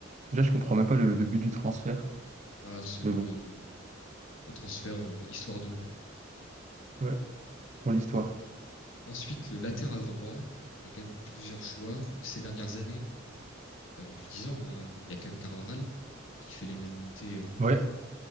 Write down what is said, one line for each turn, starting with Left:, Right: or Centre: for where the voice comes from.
Right: Déjà, je comprends même pas le, le but du transfert.
Left: Bah, c'est
Right: Mais
Left: euh,
Right: bon,
Left: un transfert euh, histoire d'eux, quoi.
Right: ouais, pour l'histoire.
Left: Ensuite, le latéral droit, il y a quand même plusieurs choix. Donc ces dernières années, bah, depuis 10 ans, euh, il y a quand même Carvajal qui fait l'unanimité euh,
Right: Ouais,